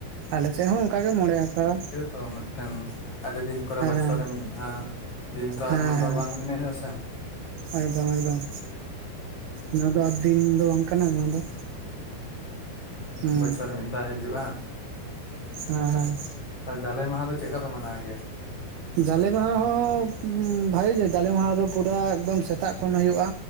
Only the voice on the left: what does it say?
ᱠᱚ ᱢᱤᱫᱴᱮᱱ, ᱟᱹᱰᱤ ᱫᱤᱱ ᱯᱚᱨᱮ ᱵᱚᱪᱷᱚᱨ
ᱨᱮ ᱢᱤᱫ ᱫᱷᱟᱣ ᱫᱤᱱ ᱛᱚ
ᱱᱚᱣᱟ ᱫᱚ ᱵᱟᱝ ᱮᱱᱮᱡ ᱦᱩᱭᱩᱜ ᱟᱥᱮ᱾
ᱵᱚᱪᱷᱚᱨ ᱨᱮ ᱢᱤᱫ ᱫᱷᱟᱣ ᱦᱤᱡᱩᱜᱼᱟ᱾
ᱡᱟᱞᱮ ᱢᱟᱦᱟ ᱫᱚ ᱪᱮᱫ ᱞᱮᱠᱟ ᱯᱮ ᱢᱟᱱᱟᱣ ᱜᱮᱭᱟ?